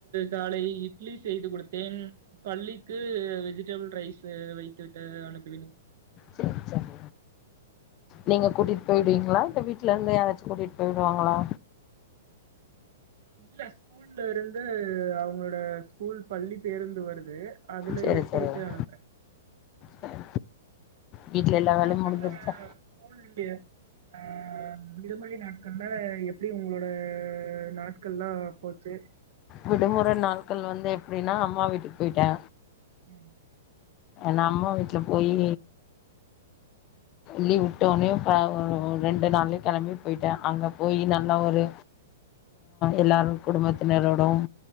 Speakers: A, on the right; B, on the left.
A: காலை இட்லி செய்து கொடுத்தேன் பள்ளிக்கு வெஜிடபிள் ரைஸ் வைத்து விட்டு அனுப்புவிட்
B: சரி சரி நீங்க கூட்டிட் போயிடுவீங்ளா இல்ல வீட்ல ருந்து யாராச்சு கூட்டிட் போயிடுவாங்களா
A: இல்ல ஸ்கூல்ல ருந்து அவங்களோட ஸ்கூல் பள்ளி பேருந்து வருது அதுல
B: சரி
A: யேத்தீட்டு
B: சரி சரி
A: அனுப்றே
B: சரி வீட்ல எல்லா வேலையு
A: பசங்க
B: முடிஞ்சிருச்சா
A: ஸ்கூல் ஆஹ் விடுமுறை நாட்கள்ல எப்டி உங்ளோட நாட்கள்ல்லா போச்சு
B: விடுமுறை நாட்கள் வந்து எப்டின்னா அம்மா வீட்டுக்கு போயிட்டே
A: ம்
B: நா அம்மா வீட்ல போயி லீவ் விட்டோனியு <unintelligible> ரெண்டு நாள்யே கெளம்பி போய்ட்டே அங்க போயி நல்லா ஒரு எல்லாரு குடும்பத்தினரோடும்